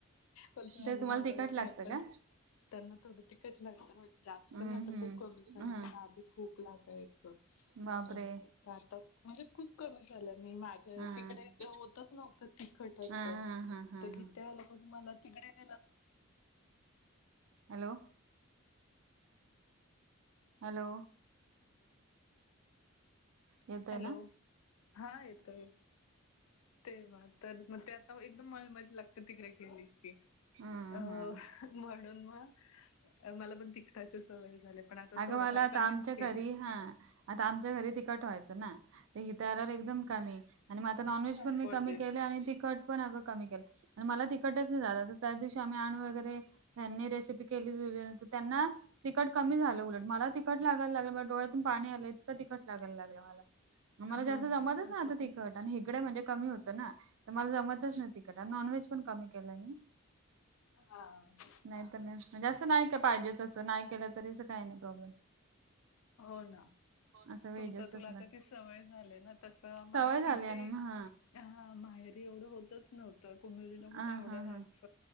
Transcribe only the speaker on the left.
बोलते, माझ्या
नवऱ्याला
काय पण
त्यांना थोडं तिखट लागतं, असं जास्त
नाई, आता
खूप कमी <inaudible> च्या
आधी खूप लागायचं
असं, तर आता, म्हणजे खूप कमी झालं. मी माझ्या
तिकडं होतच नव्हतं. तिखट असं,
तर
हितं आल्यापासून मला तिकडे यायला
हॅलो,
हा येतोय. तेव्हा तर, मग ते आता, एकदम मळमळीत लागतं तिकडं केली की,
अं
म्हडून मग मला पण तिखटाची सवय झाली पण आता
थोडंफार
कमीच
केलंय.
अपोजिट
हो
असंच
होतं.
हां.
हो ना.
तुमच तुला
आता
ती सवय झाले ना तस मला
तिथे
ह माहेरी एवढं होतच नव्हतं कुमेरीला कुठे
एवढं
राहयच.